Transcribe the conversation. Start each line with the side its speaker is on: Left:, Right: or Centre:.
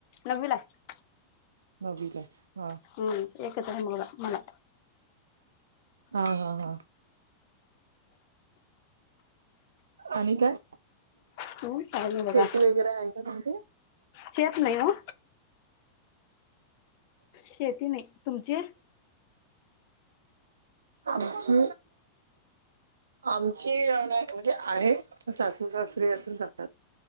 Left: नववीला आहे.
Right: नववीला आहे हां.
Left: हम्म एकच आहे मुलागा मला.
Right: हा हा हा आणि काय
Left: हंम काय नाय बघा
Right: शेती वगैरे आहे का तुमची
Left: शेत नाही ओ शेती नाही तुमचीय
Right: आमची आमची नाय म्हणजे आहे म सासू सासरी असून जातात.